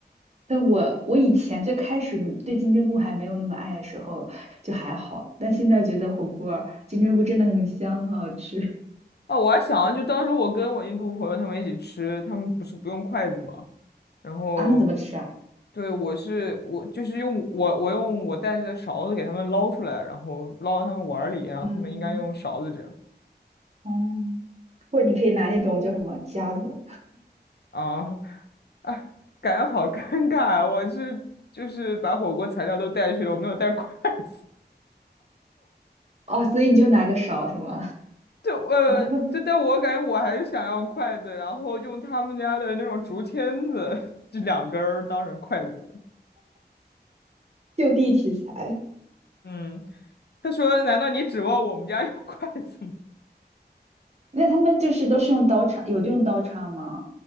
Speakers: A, on the right; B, on the left.
A: 但我我以前最开始嗯对金针菇还没有那么爱的时候，就还好，但现在觉得火锅儿金针菇真的很香，很好吃
B: 哦，我还想，就当时我跟我印度朋友他们一起吃，他们不是不用筷子吗？然后
A: <laughs> 啊。那怎么吃啊？
B: 对，我是我就是用我我用我带着的勺子给他们捞出来，然后捞到他们碗儿里，然后他们应该用勺子这样
A: 嗯，哦，或者你可以拿那种叫什么夹子
B: 啊，哎，感觉好尴尬，我是就是把火锅材料都带去了，我没有带筷子，
A: 哦，所以你就拿个勺是吗？
B: <laughs> 就呃，
A: <laughs> 然后
B: 就但我感觉我还是想要筷子，然后用他们家的那种竹签子，就两根儿当成筷子。
A: 就地取材。
B: 嗯，他说：“难道你指望我们家有 <laughs> 筷子吗？
A: 那他们就是都是用刀叉，有用刀叉吗？